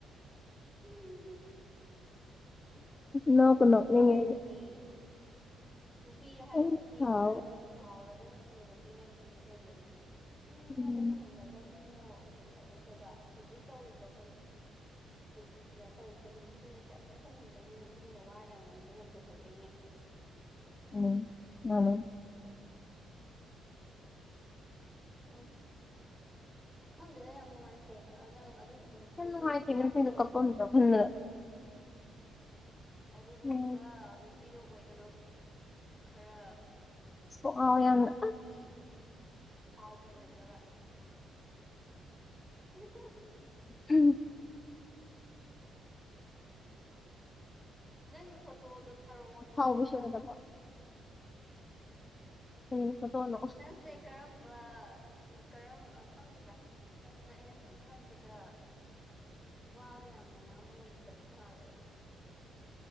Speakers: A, in the centre; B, on the left (about 30°).
A: ꯎꯝ
B: ꯅꯣꯛꯄꯨ ꯅꯣꯛꯅꯤꯡꯉꯦ
A: ꯁꯥꯎꯗ꯭ꯔꯗꯤ
B: ꯑꯩꯗꯤ
A: ꯅꯨꯄꯤ ꯍꯥꯏꯁꯤꯗꯤ
B: ꯌꯥꯝ ꯁꯥꯎ
A: ꯈꯔ ꯁꯥꯎꯔꯒꯅ ꯍꯦꯟꯅ ꯃꯤꯅ ꯀꯤꯕ ꯍꯦꯟꯕꯅꯦ ꯇꯨꯃꯤꯟꯅ
B: ꯎꯝ
A: ꯂꯩꯁꯤꯜꯂꯒ ꯃꯤꯅ ꯎꯁꯤꯜꯂꯛꯑꯣꯏꯗꯕ ꯍꯧꯖꯤꯛ ꯇꯧꯔꯤꯗꯣ ꯍꯧꯖꯤꯛ ꯍꯧꯖꯤꯛ ꯀꯩꯅꯣ ꯇꯧꯔꯤꯗꯨ ꯅꯨꯄꯤꯗꯨꯅ ꯆꯠꯄ ꯍꯦꯟꯃꯟꯕꯩꯅꯦ ꯅꯨꯄꯤꯗꯨꯅ ꯋꯥ ꯌꯥꯝ ꯉꯥꯡꯕ ꯉꯝꯖꯗꯕꯩꯅꯦ
B: ꯎꯝ ꯃꯥꯟꯅꯤ
A: ꯎꯝ ꯈꯪꯗꯦꯗ ꯌꯥꯝ ꯅꯨꯡꯉꯥꯏꯇꯦ ꯅꯪ ꯑꯗꯨꯒꯨꯝꯕꯅ ꯅꯨꯄꯤꯗꯣ
B: ꯌꯥꯝ
A: ꯑꯣꯏꯕ
B: ꯅꯨꯡꯉꯥꯏꯇꯦ
A: ꯌꯥꯗꯦꯀꯣ
B: <unintelligible>
A: ꯑꯗꯨꯒꯨꯝꯕ
B: ꯎꯝ
A: ꯅꯨꯄꯤꯗꯣ ꯑꯣꯏꯒꯅꯣ ꯈꯔ
B: ꯀꯣꯛ ꯉꯥꯎꯋꯦ
A: ꯊꯧꯅꯥ
B: ꯌꯥꯝꯅ
A: ꯐꯕꯤ ꯐꯥꯎꯕꯤ ꯑꯣꯏꯒꯗꯕ <unintelligible>
B: ꯎꯝ
A: ꯅꯪꯒꯤ ꯐꯣꯇꯣꯗꯣ ꯊꯥꯔꯛꯑꯣ
B: ꯑꯐꯥꯎꯕꯤꯁꯨ
A: ꯊꯥꯒꯠꯄꯗꯣ
B: ꯅꯠꯇꯕ ꯀꯔꯤ ꯐꯣꯇꯣꯅꯣ
A: ꯅꯪꯁꯦ ꯀꯔꯝꯕ ꯎ ꯀꯔꯝ ꯈꯪꯗꯦꯗ ꯅꯪꯖꯦ ꯑꯩꯅ ꯁꯨꯝ ꯈꯟꯕꯗ ꯋꯥꯒ ꯌꯥꯝꯅ ꯉꯥꯡꯕ ꯉꯝꯗꯕ ꯃꯥꯥꯜꯂꯦꯕ